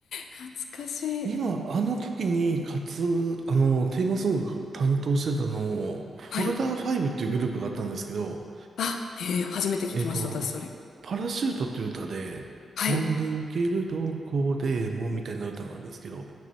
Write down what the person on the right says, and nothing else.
今、あの時に、かつ、あの、テーマソング担当してたの、
フォルダー5っていうグループがあったんですけど、
えっと、
パラシュートっていう歌で、
飛んで行けるどこでもみたいな歌なんですけど、